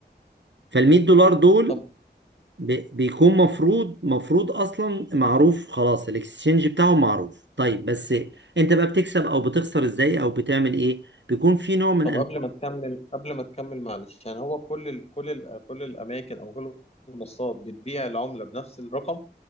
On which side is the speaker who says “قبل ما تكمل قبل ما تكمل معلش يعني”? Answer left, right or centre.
Left